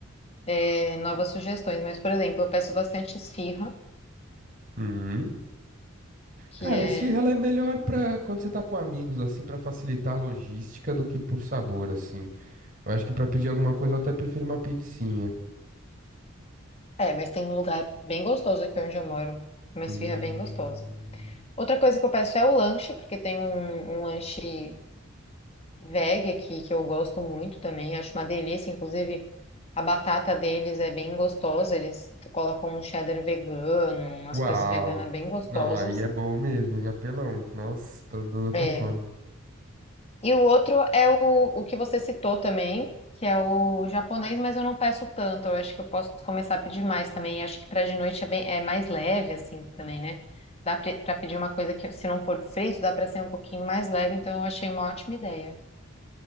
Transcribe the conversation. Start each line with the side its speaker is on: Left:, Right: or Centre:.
Left: é, novas sugestões, mas por exemplo, eu peço bastante esfirra,
Right: Hum.
Left: que
Right: Cara,
Left: é,
Right: a esfirra ela é melhor pra quando você tá com amigos, assim, pra facilitar a logística do que por sabor, assim. Eu acho que pra pedir alguma coisa eu até prefiro uma pizzinha.
Left: é, mas tem um lugar bem gostoso aqui onde eu moro, uma
Right: Hum.
Left: esfirra bem gostosa. Outra coisa que eu peço é o lanche, porque tem um, um lanche veg aqui, que eu gosto muito também, acho uma delícia. Inclusive, a batata deles é bem gostosa, eles colocam um cheddar vegano, umas
Right: Uau!
Left: coisas veganas bem gostosas.
Right: Não, aí é bom mesmo, hein? Apelão. Nossa, tá dando até
Left: É.
Right: fome.
Left: E o outro é o, o que você citou também, que é o japonês, mas eu não peço tanto, eu acho que eu posso começar a pedir mais também. Acho que para de noite é, bem, é mais leve, assim, também, né? Dá para pedir uma coisa que, se não for frito, dá para ser um pouquinho mais leve, então eu achei uma ótima ideia.